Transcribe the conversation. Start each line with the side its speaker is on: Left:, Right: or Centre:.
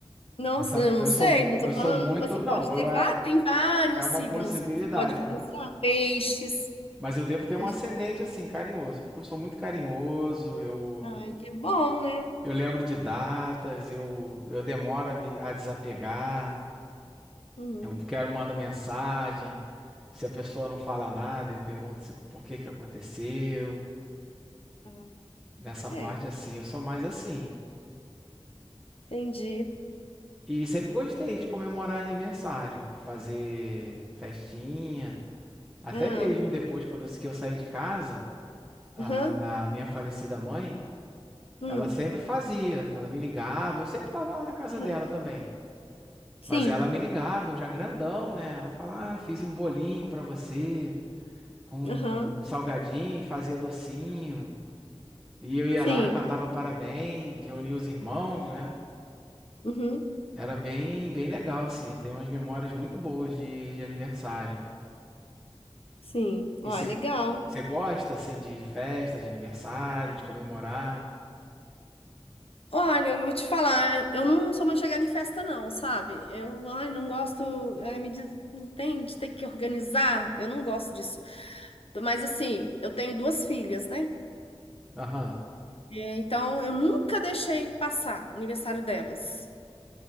Left: Nossa,
Centre: essa,
Left: eu
Centre: eu
Left: não sei,
Centre: sou,
Left: eu tô
Centre: eu
Left: falando,
Centre: sou muito,
Left: você
Centre: não,
Left: pode ter,
Centre: eu- é,
Left: va- tem vários
Centre: é uma
Left: signos
Centre: possibilidade,
Left: que você pode pensar.
Centre: mas,
Left: Peixes.
Centre: mas eu devo ter
Left: Peixe,
Centre: um ascendente assim, carinhoso, porque eu sou muito carinhoso, eu,
Left: ai, que bom, né?
Centre: eu lembro de datas, eu, eu demoro a me, a desapegar,
Left: Uhum.
Centre: eu quero, mando mensagem, se a pessoa não fala nada, eu pergunto se, por que que aconteceu,
Left: Ah,
Centre: nessa
Left: É,
Centre: parte assim, eu sou mais assim.
Left: entendi.
Centre: E sempre gostei de comemorar aniversário, de fazer festinha. Até
Left: Ah,
Centre: mesmo depois, quando eu que eu saí de casa, a,
Left: aham,
Centre: a minha falecida mãe,
Left: hum,
Centre: ela sempre fazia. Ela me ligava, eu sempre estava lá na casa
Left: aham.
Centre: dela também.
Left: Sim,
Centre: Mas ela me ligava, eu já grandão, né? Ela falava, ah, fiz um bolinho pra você, com
Left: aham,
Centre: um salgadinho, fazia docinho. E eu ia
Left: sim,
Centre: lá, cantava parabéns, reunia os irmãos, né?
Left: uhum,
Centre: Era bem, bem legal, assim. Eu tenho umas memórias muito boas de, de aniversário.
Left: sim. Ó,
Centre: E você
Left: é legal.
Centre: você gosta, assim, de de festa, de aniversário, de comemorar?
Left: Olha, eu vou te falar, eu não sou muito chegada em festa, não, sabe? Eu, ai, não gosto, ai, me diz, não tem de ter que organizar, eu não gosto disso. Mas assim, eu tenho duas filhas, né?
Centre: Aham.
Left: É, Então, eu nunca deixei passar o aniversário delas.